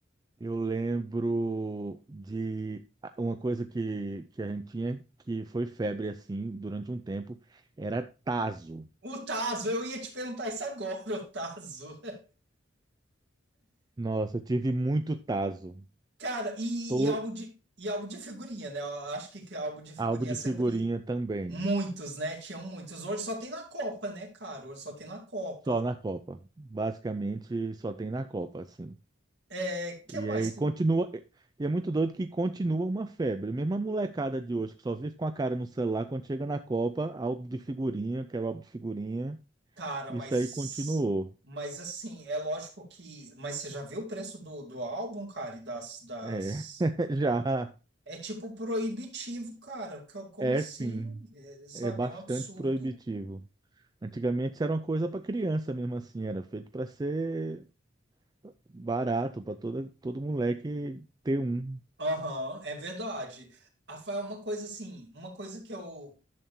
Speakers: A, on the right; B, on the right.
A: eu lembro de uma coisa que, que a gente tinha que foi febre assim durante um tempo, era taso.
B: O Tazo, eu ia te perguntar isso agora, <laughs> o Tazo.
A: Nossa, eu tive muito taso.
B: Cara, e,
A: Tô
B: e álbum de, e álbum de figurinha, né? Eu acho que, que álbum de figurinha
A: álbum de
B: sempre.
A: figurinha também,
B: Muitos, né? Tinham muitos. Hoje só tem na Copa, né, cara? Hoje só tem na Copa.
A: só na Copa. Basicamente só tem na Copa, assim.
B: É, que
A: E
B: mais
A: aí continua. E é muito doido que continua uma febre. Mesmo a molecada de hoje, que só vive com a cara no celular, quando chega na Copa, álbum de figurinha, quero álbum de figurinha.
B: Cara,
A: Isso
B: mas.
A: aí continuou.
B: Mas assim, é lógico que. Mas você já viu o preço do, do álbum, cara? E das, das.
A: É, <laughs> já
B: É tipo proibitivo, cara. Co- Como
A: é
B: assim?
A: sim,
B: É, sabe,
A: é bastante
B: é um absurdo.
A: proibitivo. Antigamente isso era uma coisa para criança mesmo assim, era feito para ser barato, para toda todo moleque ter um.
B: Aham, é verdade. Rafael, uma coisa assim, uma coisa que eu,